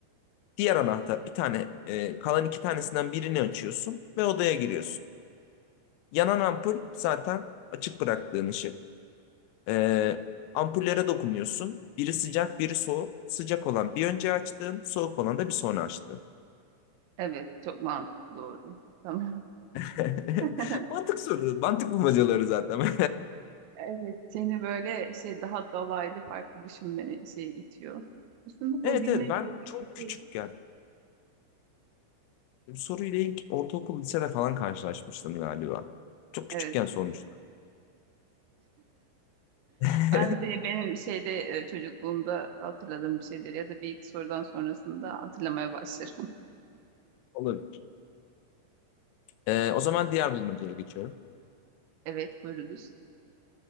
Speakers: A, on the left; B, on the right.
A: Diğer anahtar bir tane e, kalan iki tanesinden birini açıyorsun ve odaya giriyorsun. Yanan ampul zaten açık bıraktığın ışık. E, ampullere dokunuyorsun. Biri sıcak, biri soğuk. Sıcak olan bir önce açtığın, soğuk olan da bir sonra açtığın.
B: Evet çok mantıklı doğru. Tamam.
A: <laughs>
B: <laughs>
A: Mantık soruları, mantık bulmacaları zaten. <laughs>
B: Evet seni böyle şey daha dolaylı farklı düşünme şey itiyor. Aslında bu
A: Evet
B: bilinebilecek
A: evet ben çok
B: bir
A: küçükken
B: şey.
A: bu soruyla ilk ortaokul lisede falan karşılaşmıştım galiba. Çok
B: Evet.
A: küçükken sormuşlar. <laughs>
B: Ben de benim şeyde e, çocukluğumda hatırladığım bir şeyler ya da bir iki sorudan sonrasında hatırlamaya başlarım. <laughs>
A: Olabilir. Ee, o zaman diğer bulmacaya geçiyorum.
B: Evet, buyurunuz.